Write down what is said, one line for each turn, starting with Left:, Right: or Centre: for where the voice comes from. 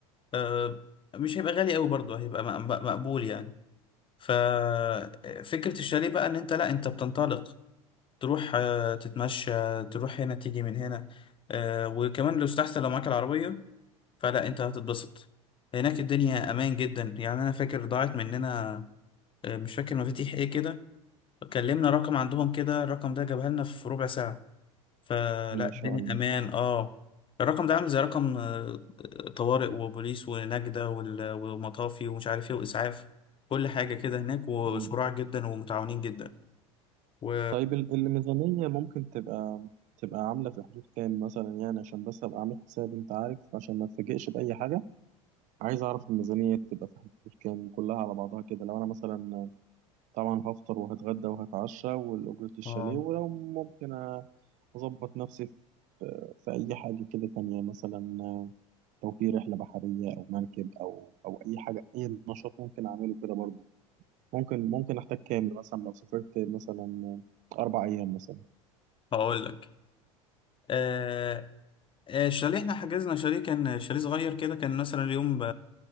Left: آه، مش هيبقى غالي قوي برضه هيبقى مق- مقبول يعني ففكرة الشاليه بقى ان انت لا انت بتنطلق تروح آه، تتمشى تروح هنا تيجي من هنا آه، وكمان لو استحسن لو معاك العربية فلا انت هتتبسط هناك الدنيا امان جدا يعني انا فاكر ضاعت مننا آه، مش فاكر مفاتيح ايه كده كلمنا رقم عندهم كده الرقم ده جابها لنا في ربع ساعة فلا
Right: ما شاء
Left: الدنيا
Right: الله
Left: امان اه الرقم ده عامل زي رقم آه، طوارئ وبوليس ونجدة وال- ومطافي ومش عارف ايه واسعاف كل حاجة كده هناك وسرعة
Right: مم.
Left: جدا ومتعاونين جدا و
Right: طيب ال- الميزانية ممكن تبقى تبقى عاملة في حدود كام مثلا يعني عشان بس أبقى عامل حساب أنت عارف عشان ما اتفاجئش بأي حاجة عايز أعرف الميزانية تبقى في حدود كام كلها على بعضها كده لو أنا مثلا طبعا هفطر وهتغدى وهتعشى والأجرة الشاليه
Left: اه
Right: ولو ممكن أظبط نفسي في في أي حاجة كده تانية مثلا لو في رحلة بحرية أو مركب أو أو أي حاجة أي نشاط ممكن أعمله كده برضه ممكن ممكن أحتاج كام مثلا لو سافرت مثلا أربع أيام مثلا
Left: هقول لك آه آه، الشاليه احنا حجزنا شاليه كان شاليه صغير كده كان مثلا اليوم ب